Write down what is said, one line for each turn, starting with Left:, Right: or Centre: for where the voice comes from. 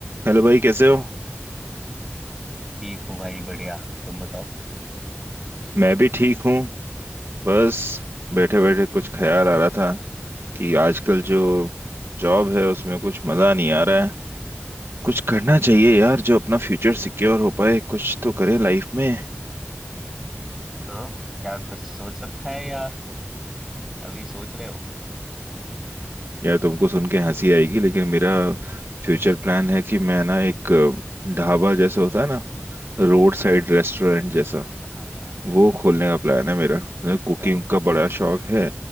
Right: Hello भाई कैसे हो
Centre: ठीक हूँ भाई बढ़िया तुम बताओ
Right: मैं भी ठीक हूँ बस बैठे बैठे कुछ ख्याल आ रहा था कि आजकल जो जॉब है उसमें कुछ मज़ा नहीं आ रहा है कुछ करना चाहिए यार जो अपना फ्यूचर सिक्योर हो पाए कुछ तो करें लाइफ में
Centre: तो क्या कुछ सोच रखा है या अभी सोच रहे हो
Right: यार तुमको सुन के हंसी आएगी लेकिन मेरा फ्यूचर प्लान है कि मैं ना एक ढाबा जैसा होता है ना रोड साइड रेस्टोरेंट जैसा
Centre: हाँ हाँ
Right: वो खोलने का प्लान है मेरा मुझे
Centre: अच्छा
Right: कुकिंग का बड़ा शौक है